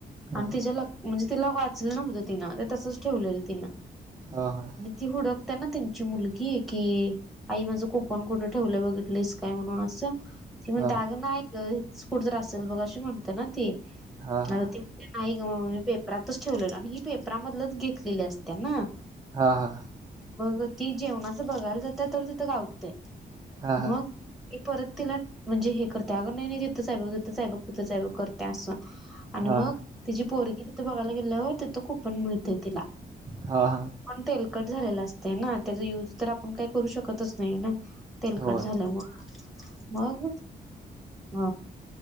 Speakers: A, on the right (about 20°); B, in the centre.
A: हा
B: आणि तिच्या ल म्हणजे तिला वाचलं नव्हतं तिनं ते तसंच ठेवलेलं तिनं.
A: हा हा.
B: ते हुडकताना त्यांची मुलगी आहे की आई माझं कुपण कुठं ठेवलं बघितलेस काय म्हणून असं. ती म्हणते
A: हा
B: अगं नाही ग हितच कुठ तरी असेल बघ अशी म्हणतेना ती
A: हा हा
B: आता ती नाही ग मम्मी मी पेपरातच ठेवलेलं आणि ही पेपरामधलच घेतलेली असते ना.
A: हा हा.
B: बग ती जेवणाच बघायला जाते तर तिथं गावते
A: हा
B: मग ते परत तिला म्हणजे हे करते अगं नाही, नाही तिथं बग तिथं आहेब तिथं साबग करते असं. आणि
A: हा
B: मग तिची पोरगी तिथ बघायला गेल्यावर तिथं कुपन मिळतय तिला.
A: हा हा
B: पण तेलकट झालेलं असतंय ना त्याचा युज तर आपण काय करू शकतच नाय ना. तेलकट
A: होय
B: झाल्या मूळ मग अ